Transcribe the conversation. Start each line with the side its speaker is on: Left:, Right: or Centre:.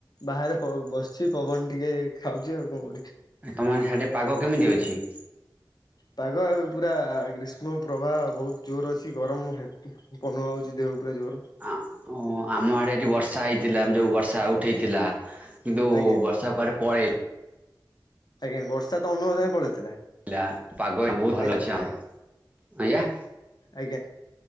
Left: ବାହାରେ ପ ବସିଛି ପବନ ଟିକେ ଖାଉଚି ଆଉ କଁ କରିବି।
Right: ତମର ସିଆଡେ ପାଗ କେମିତି ଅଛି?
Left: ପାଗ ଏବେ ପୁରା ଗ୍ରୀଷ୍ମ ପ୍ରବାହ ବହୁତ ଜୋର ଅଛି ଗରମ ହେ ପନ ହଉଚି ଦେହକୁ ପୁରା ଜୋର।
Right: ଆଁ ପୁ ଆମ ଆଡେ ଏଠି ବର୍ଷା ହେଇଥିଲା ଯୋଉ ବର୍ଷା ଉଠେଇଥିଲା। କିନ୍ତୁ
Left: ଆଜ୍ଞା
Right: ବର୍ଷା କୁଆଡ଼େ ପଳେଇ
Left: ଆଜ୍ଞା ବର୍ଷା ତ ଅନୁଭବ ସାଙ୍ଗେ ପଳେଇଥିଲା।
Right: ଲା ପାଗ ଏଇନା ବହୁତ ଭଲ
Left: ଆଜ୍ଞା
Right: ଅଛି ଆମର। ଆଜ୍ଞା
Left: ଆଜ୍ଞା।